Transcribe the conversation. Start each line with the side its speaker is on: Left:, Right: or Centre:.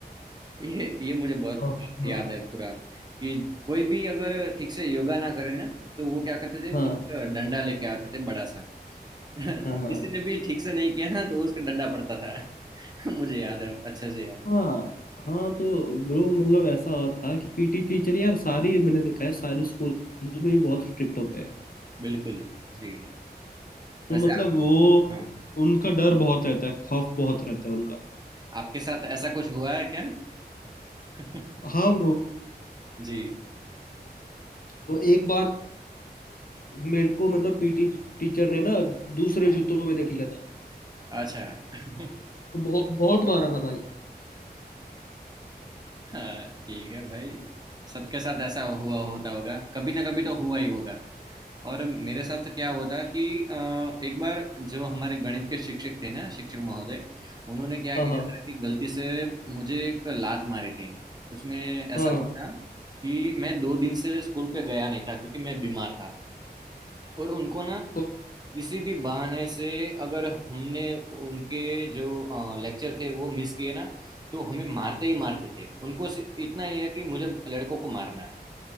Right: ये ये मुझे बहुत
Left: हाँ हाँ
Right: याद है पूरा कि कोई भी अगर ठीक से योगा ना करे ना तो वो क्या करते थे
Left: हाँ
Right: एक डंडा लेके आते थे बड़ा सा <laughs> किसी
Left: हाँ हाँ हाँ
Right: ने भी ठीक से नहीं किया ना तो उसका डंडा पड़ता था <laughs> मुझे याद है अच्छे से याद है
Left: हाँ हाँ तो ब्रो मतलब ऐसा था कि पीटी टीचर यार सारी मैंने देखा है सारे स्कूल में ही बहुत स्ट्रिक्ट होते हैं
Right: बिल्कुल जी
Left: तो
Right: वैसे
Left: मतलब
Right: आप-
Left: वो
Right: हाँ
Left: उनका डर बहुत रहता है खौफ बहुत रहता है उनका
Right: आपके साथ ऐसा कुछ हुआ है क्या <laughs>
Left: हाँ ब्रो
Right: जी
Left: तो एक बार मेरे को मतलब पीटी टीचर ने ना दूसरे
Right: हाँ
Left: जूतों में देख लिया था
Right: अच्छा <laughs>
Left: तो बहुत बहुत मारा था भाई
Right: हाँ ठीक है भाई सबके साथ ऐसा हुआ होता होगा कभी ना कभी तो हुआ ही होगा और मेरे साथ क्या हुआ था कि अ, एक बार जो हमारे गणित के शिक्षक थे ना शिक्षक महोदय उन्होंने क्या
Left: हाँ
Right: किया
Left: हाँ
Right: था कि गलती से मुझे एक लात मारी थी उसमें ऐसा
Left: हाँ हाँ
Right: हुआ था कि मैं दो दिन से स्कूल पे गया नहीं था क्योंकि मैं बीमार था और उनको ना
Left: तो-
Right: किसी भी बहाने से अगर हमने उनके जो लेक्चर थे वो मिस किए ना तो हमें मारते ही मारते थे उनको सि- इतना ही है कि मुझे लड़कों को मारना है